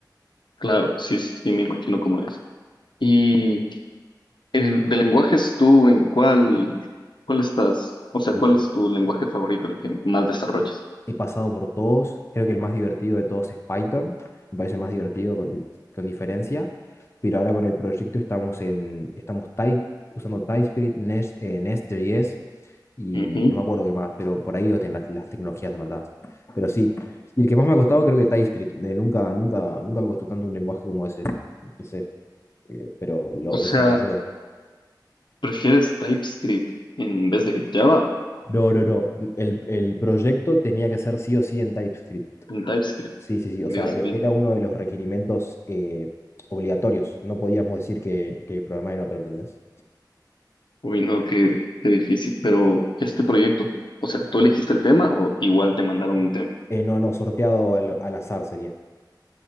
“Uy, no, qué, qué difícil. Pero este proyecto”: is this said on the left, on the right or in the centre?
Left